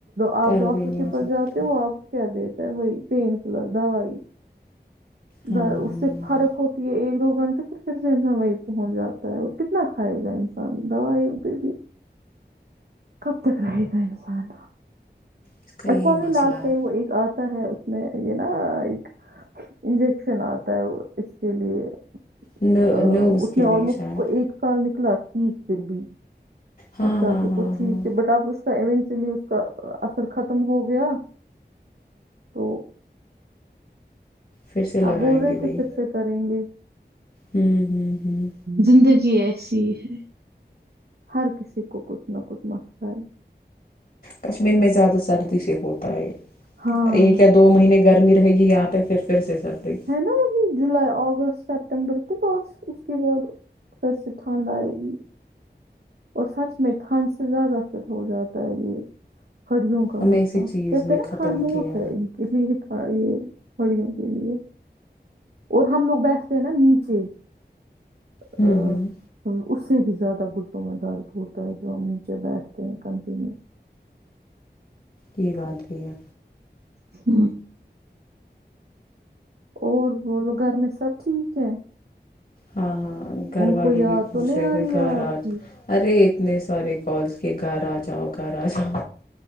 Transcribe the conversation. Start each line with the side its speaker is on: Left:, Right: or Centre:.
Right: آپ
Left: کر
Right: ڈاکٹر
Left: بھی نہیں
Right: کے پس
Left: سکتا
Right: جاتے وہ آپ کہ دتے بی پینین کلر د وائی
Left: ہاں
Right: در
Left: ہاں
Right: اس سے فرق ہوتی ہے ایک دو گھنٹہ پھر پھر سے انسان وہی پہنچ جاتا ہے اور کتنا کھائے گا انسان دوائیوں پہ بھی کب تک رہے گا انسان
Left: اس کا یہی
Right: ا
Left: مسئلہ
Right: لاسٹ
Left: ہے
Right: ٹائم وہ ایک آتا ہے میں یہ نا ایک انجیکشن آتا ہے اس کے لیے ا
Left: ن نروز
Right: اس
Left: کے
Right: میں
Left: لیے
Right: آلموسٹ
Left: شاید
Right: کو ایک سال نکلا تھا ٹیک پھر بھی
Left: ہاں
Right: ایک سال
Left: ہاں
Right: تک
Left: ہاں
Right: وہ ٹھیک
Left: ہاں
Right: تھ بٹ آپ اس کا ایونچولی اس کا ار ختم ہو گیا تو
Left: پھر سے لگائیں
Right: آپ بول رہے
Left: گے بھائی
Right: تھے پھر سے کریں گے
Left: ہوں ہوں ہوں
Right: زندگی ہے ایسی ہے ہر کسی کو کچھ نہ کچھ مسئلہ ہے
Left: کشمیر میں زیادہ سردی سے ہوتی
Right: ہاں
Left: ایک یا دو مہینے گرمی رہے گی آپ تو پھرھر سے سردی
Right: ہے نا وہی جولائی اگستٹ سپتمبر تھ باس اس کے بعد پھر سے ٹھنڈ آئے گی اور سچ میں ٹھنڈ سے زیادہ پھر ہو جاتا ہے یہ ہریوں کا
Left: ہمیں
Right: مسئلہ
Left: اسی چیز
Right: کہتے
Left: نے
Right: نا
Left: ختم
Right: ٹھنڈ موت
Left: کیا
Right: ہے ان کے لیے یہ گڑیوں کے لیے اور ہم لوگ بیٹھتے ہیں نا نیچے
Left: ہوں
Right: ا
Left: ہوں
Right: ہ اس سے بھی زیادہ گ وں میں درد ہوتا ہے جو ہم نیچے بیٹھتے ہیں کنٹی میں
Left: یہ بات بھی ہے
Right: ہ اور بولو گھر میں سب ٹھیک ہے
Left: ہاں ہاں گھر
Right: ان
Left: والی
Right: کو یاد
Left: بھی پوچھ
Right: تو نہیں
Left: رہے
Right: آ
Left: تھے
Right: رہی ہے
Left: گاہ راج
Right: آپ کی
Left: ارے اتنے سارے کالس کے گھر آ جاؤ گھر آ جاؤ